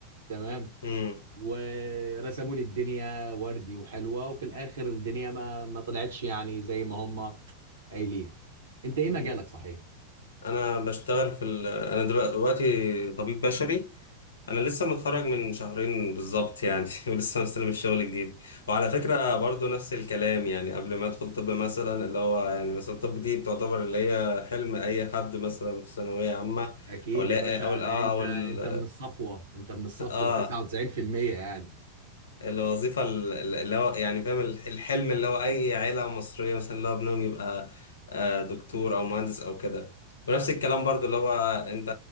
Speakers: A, on the right; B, on the left.
A: تمام
B: امم
A: ورسموا لي الدنيا وردي وحلوة وفي الآخر الدنيا ما ما طلعتش يعني زي ما هم قايلين انت ايه
B: امم.
A: مجالك صحيح؟
B: انا بشتغل في ال... انا دلوقتي طبيب بشري انا لسه متخرج من شهرين بالظبط يعني <laughs> ولسه مستلم الشغل جديد وعلى فكره برضو نفس الكلام يعني قبل ما ادخل طب مثلا اللي هو يعني مثلا الطب دي بتعتبر اللي هي حلم اي حد مثلا في ثانويه عامه
A: اكيد
B: او لا
A: يا باشا
B: او ال-
A: ده
B: اه
A: انت
B: او
A: انت
B: ال-
A: من الصفوة انت من الصفوة
B: <laughs> اه
A: 99% يعني
B: الوظيفة ال- ال- اللي هو يعني فاهم الح- الحلم اللي هو أي عيلة مصرية مثلا اللي هو ابنهم يبقى آه، دكتور أو مهندس أو كده ونفس الكلام برضو اللي هو أنت